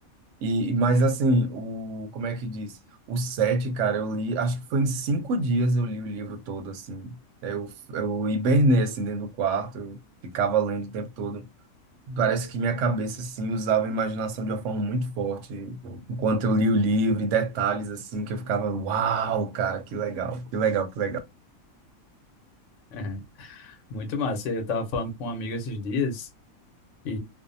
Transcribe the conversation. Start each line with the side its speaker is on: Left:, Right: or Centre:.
Right: E e- mas assim, o como é que diz? O sete, cara, eu li, acho que foi em cinco dias eu li o livro todo assim. Eu, eu hibernei assim dentro do quarto, eu ficava lendo o tempo todo. Parece que minha cabeça assim usava a imaginação de uma forma muito forte enquanto eu li o livro e detalhes assim que eu ficava, uau, cara, que legal, que legal, que legal.
Left: É, muito massa. Eu estava falando com um amigo esses dias e